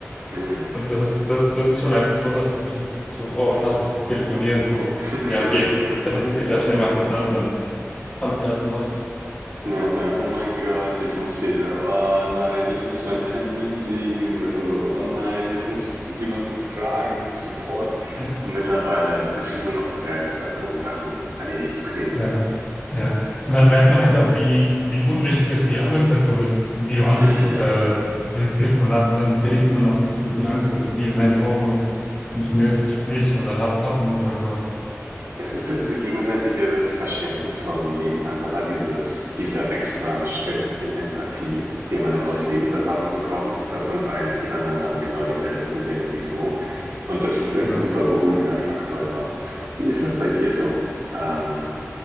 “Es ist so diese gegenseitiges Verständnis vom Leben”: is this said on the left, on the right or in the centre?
Right